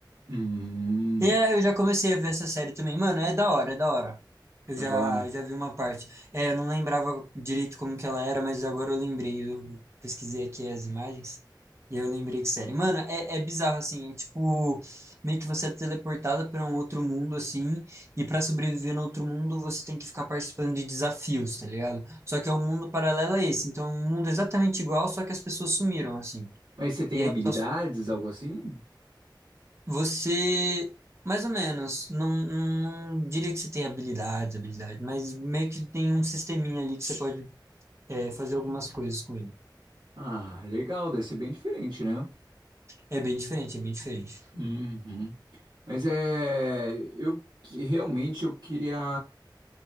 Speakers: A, on the right (about 65°); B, on the right (about 35°).
A: Hum,
B: E é, eu já comecei a ver essa série também. Mano, é da hora, é da hora. Eu
A: adora.
B: já, eu já vi uma parte. É, eu não lembrava direito como que ela era, mas agora eu lembrei. Eu pesquisei aqui as imagens e eu lembrei que série. Mano, é, é bizarro, assim. É tipo, meio que você é teleportada para um outro mundo, assim. E para sobreviver no outro mundo, você tem que ficar participando de desafios, tá ligado? Só que é um mundo paralelo a esse. Então, é um mundo exatamente igual, só que as pessoas sumiram, assim.
A: Mas você tem
B: E aí
A: habilidades,
B: só
A: algo assim?
B: você, mais ou menos, não, não diria que você tem habilidades, habilidades, mas meio que tem um sisteminha ali que você pode é, fazer algumas coisas com ele.
A: Ah, legal, deve ser bem diferente, né?
B: É bem diferente, é bem diferente.
A: Uhum. Mas é, eu que- realmente eu queria